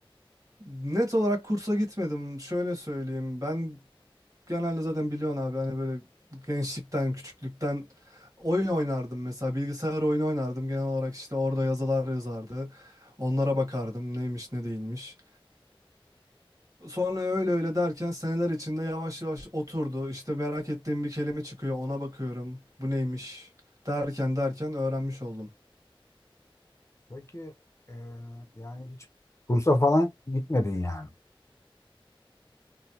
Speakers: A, on the right; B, on the left.
A: Net olarak kursa gitmedim. Şöyle söyleyeyim. Ben genelde zaten biliyorsun abi hani böyle gençlikten, küçüklükten oyun oynardım mesela. Bilgisayar oyunu oynardım. Genel olarak işte orada yazılar yazardı. Onlara bakardım neymiş ne değilmiş. Sonra öyle öyle derken seneler içinde yavaş yavaş oturdu. İşte merak ettiğim bir kelime çıkıyor, ona bakıyorum. Bu neymiş? Derken derken öğrenmiş oldum.
B: Peki e, yani hiç kursa falan gitmedin yani.